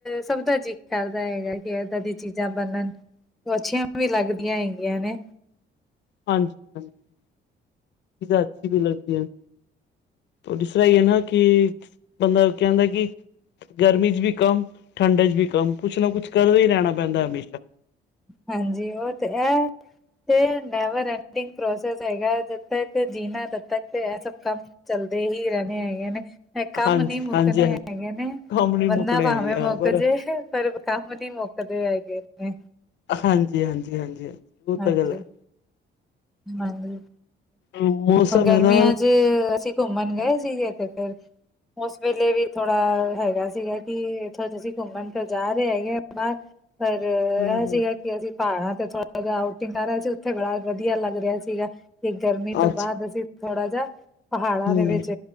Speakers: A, in the centre; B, on the left (about 65°).
A: ਸਭ ਦਾ ਜੀ ਕਰਦਾ ਹੈਗਾ ਕਿ ਇਏਦਾਂ ਦੀ ਚੀਜ਼ਾਂ ਬਣਨ। ਪਂਛਿਆਂ ਵੀ ਲੱਗਦੀਆਂ ਹੈਗੀਆਂ ਨੇ।
B: ਹਾਂਜੀ-ਹਾਂਜੀ, ਅੱਛੀ ਵੀ ਲੱਗਦੀ ਹੈ। ਜੋ ਜਿਸ ਤਰਾ ਹੀ ਹੈ ਨਾ ਕਿ ਬੰਦਾ ਕਹਿੰਦਾ ਕਿ ਗਰਮੀ ਚ ਵੀ ਕੰਮ ਠੰਡ ਚ ਵੀ ਕੰਮ ਕੁਛ ਨਾ ਕੁਛ ਕਰਦੇ ਹੀ ਰਹਿਣਾ ਪੈਂਦਾ ਹਮੇਸ਼ਾ।
A: ਹਾਂਜੀ ਉਹ ਤੇ ਇਹ ਤੇ ਨੈਵਰੜ ਏਕਟਿਵ ਪਰੋਸ ਹੈਗਾ ਜਦ ਤੱਕ ਜੀਣਾ ਤਦ ਤੱਕ ਇਹ ਸਭ ਕੰਮ ਚੱਲਦੇ ਹੀ ਰਹਿਣੇ ਹੈਗੇ ਨੇ ਕੰਮ
B: ਹਾਂਜੀ
A: ਨਹ ਮੁੱਕਣੇ
B: ਹਾਂਜੀ ਹਾਂ
A: ਹੈਗੇ ਨੇ।
B: ਕੰਮ ਨੀ ਮੁੱਕਣੇ
A: ਬੰਦਾ ਭਾਵੇਂ
B: ਹੈਗੇ
A: ਮੁੱਕ
B: ਹਾਂ ਪਰ
A: ਜੇ ਪਰ ਕੰਮ ਨੀ ਮੁੱਕਦੇ ਹੈਗੇ ਨੇ।
B: ਹਾਂਜੀ-ਹਾਂਜੀ-ਹਾਂਜੀ-ਹਾਂਜੀ ਉਹ
A: ਹਾਂਜੀ
B: ਤਾਂ ਗਲ ਹੈ।
A: ਹਾਂਜੀ,
B: ਮੌਸਮ
A: ਹੋਰ ਗਰਮੀਆਂ
B: ਹੈ ਨਾ
A: ਚ ਅਸੀਂ ਘੁੰਮਣ ਗਏ ਸੀਗੇ ਤੇ ਇਕ ਫਾਰੀ। ਉਸ ਵੇਲੇ ਵੀ ਥੋੜਾ ਹੈਗਾ ਸੀਗਾ ਕਿ ਇੱਥੋਂ ਤੁਸੀਂ ਘੁੰਮਣ ਤੇ ਜਾ ਰਹੇ ਹੈਗੇ ਅਪਨਾ ਪਰ ਇਹੋ
B: ਹੂੰ
A: ਜਿਹੀ ਹੈ ਕਿ ਅਸੀਂ ਪਹਾੜਾਂ ਤੇ ਥੋੜਾ ਜਿਹਾ ਆਊਟਿੰਗ ਕਰਹੇ ਸੀ ਉੱਥੇ ਬੜਾ ਵ ਵਧੀਆ ਲੱਗ ਰਿਹਾ ਸੀਗਾ ਕਿ ਗਰਮੀ ਤੋਂ
B: ਅੱਛਾ
A: ਬਾਅਦ ਅਸੀਂ ਥੋੜਾ ਜਾਹਾ ਪਹਾੜਾਂ
B: ਹੂੰ
A: ਦੇ ਵਿੱਚ